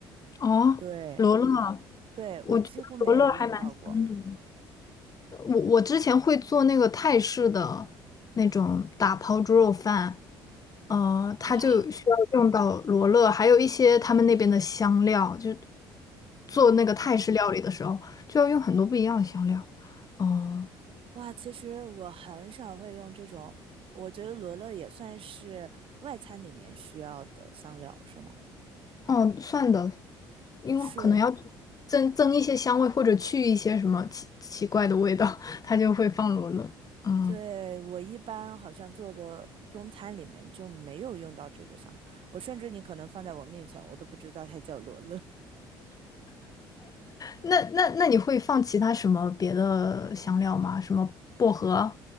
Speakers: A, on the left; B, on the right.
A: 哦，
B: 对。
A: 罗勒，
B: 对，
A: 我觉得罗勒还蛮香的。
B: 我几乎没有用到过。
A: 我我之前会做那个泰式的那种打抛猪肉饭，呃，它就需要用到罗勒，
B: 哇
A: 还有一些他们那边的香料，就做那个泰式料理的时候就要用很多不一样的香料。
B: 嗯
A: 哦、
B: 哇，其实我很少会用这种，我觉得罗勒也算是外餐里面需要的香料，是吗？
A: 哦，算的，因为可能要
B: 是，
A: 增增一些香味或者去一些什么奇奇怪的味道，它就会放罗勒。嗯，
B: 对，我一般好像做的中餐里面就没有用到这个香料，我甚至你可能放在我面前，我都不知道它叫罗勒。
A: 那那那你会放其他什么别的香料吗？什么薄荷？